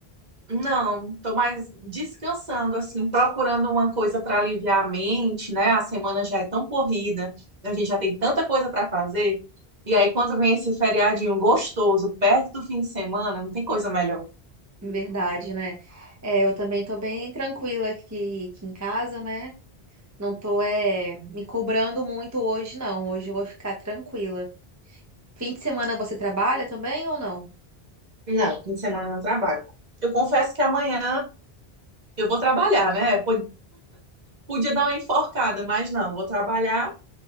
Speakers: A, on the right; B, on the right.
A: Não, tô mais descansando assim, procurando uma coisa para aliviar a mente, né? A semana já é tão corrida, a gente já tem tanta coisa para fazer. E aí quando vem esse feriadinho gostoso perto do fim de semana, não tem coisa melhor.
B: Em verdade, né? É, eu também tô bem tranquila aqui, aqui em casa, né? Não tô é, me cobrando muito hoje, não. Hoje eu vou ficar tranquila. Fim de semana você trabalha também ou não?
A: Não, fim de semana eu não trabalho. Eu confesso que amanhã eu vou trabalhar, né? Po- Podia dar uma enforcada, mas não, vou trabalhar